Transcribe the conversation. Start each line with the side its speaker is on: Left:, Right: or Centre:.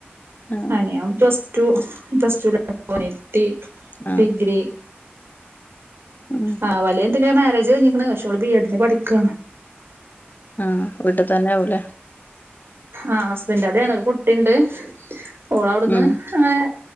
Left: ആഹ്
Right: അനിയ പ്ലസ്ടു പ്ലസ്ടുല. നിയത്തി
Left: ആഹ്
Right: ഡിഗ്രി.
Left: ഉം
Right: ആ വലിയ അനിയത്തിൻ്റെ മാരേജ് കഴിഞ്ഞ്ക്ക്ണ് പക്ഷെ ഒള് ബി എഡിന് പഠിക്കണ്.
Left: ആഹ് വീട്ടിൽ തന്നെ ആവുലേ.
Right: ആഹ് ഹസ്ബന്റോടെണ് അവിടെയാണ് ഒരു കുട്ടിയുണ്ട് ഓള് അവിടുന്ന്
Left: ഉം
Right: അങ്ങനെ.